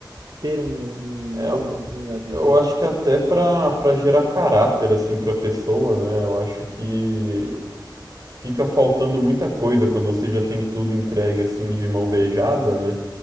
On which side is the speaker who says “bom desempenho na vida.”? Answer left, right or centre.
Right